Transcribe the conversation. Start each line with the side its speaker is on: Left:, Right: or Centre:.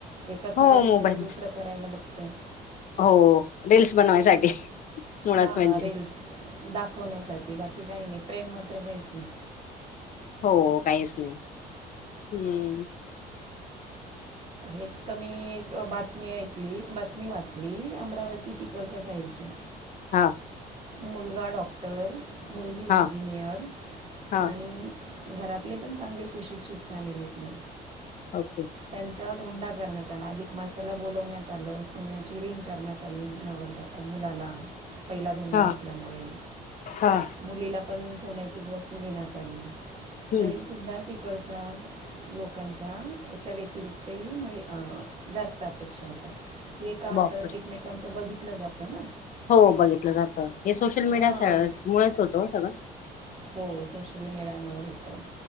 Right: एकाचं
Left: हो
Right: बघितलं
Left: मोबाईल
Right: तर दुसरं करायला बघतय.
Left: हो. रील्स बनवायसाठी मुळात
Right: हां.
Left: म्हणजे
Right: रीलल्स दाखवण्यासाठी बाकी काही नाही प्रेम मात्र काहीच नाही.
Left: हो काहीच नाही हम.
Right: एक तर मी किंवा बात मी ऐकली बातमी वाचली अमरावती तिकडच्या साईडची.
Left: हा.
Right: मुलगा डॉक्टर मुलगी
Left: हा
Right: इंजिनियर
Left: हा
Right: आणि घरातले पण चांगले सुशिक्षित फॅमिलीतले.
Left: ओके!
Right: त्यांचा धोंडा करण्यात आला अधिक मसाला बोलवण्यात आलं सोन्याची रिंग करण्यात आली, नवरदेवाला. मुलाला पहिला धोंडा
Left: हा
Right: असल्यामुळे
Left: हा
Right: मुलीला पण पण सोन्याचीच वस्तू घेण्यात आली,
Left: हम्म
Right: तरी सुद्धा तिकडच्या लोकांच्या याच्या व्यतिरिक्तही महि- जास्त अपेक्षा होत्या. हे का
Left: बापर
Right: तर एकमेकांचं बघितलं जातं ना.
Left: हो बघितलं जातं हे सोशल
Right: हां
Left: मीडिया मुळच होतं ओ सगळं.
Right: हो, सोशल मीडियामुळे होत